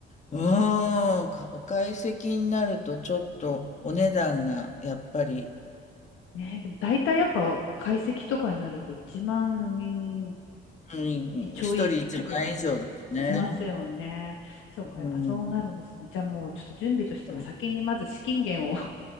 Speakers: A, on the left; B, on the left.
A: うーん、かお懐石になるとちょっとお値段がやっぱり、
B: ね、でも大体やっぱ解析とかになると1万
A: うん、
B: ちょいぐらいしますよね。
A: 一人一万円以上ですね。
B: そうか、やっぱそうなるんですね。
A: うん、
B: じゃあもうちょっと準備としては先にまず資金源を
A: これ